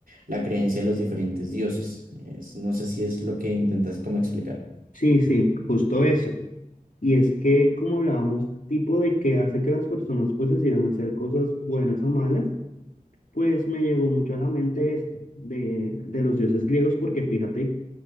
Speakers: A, on the right; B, on the left.
A: la creencia de los diferentes dioses. Es- no sé si es lo que intentas como explicar.
B: Sí, sí, justo eso. Y es que, como hablábamos, tipo de que hace que las personas pues decidan hacer cosas buenas o malas, pues me llegó mucho a la mente esto de, de los dioses griegos, porque fíjate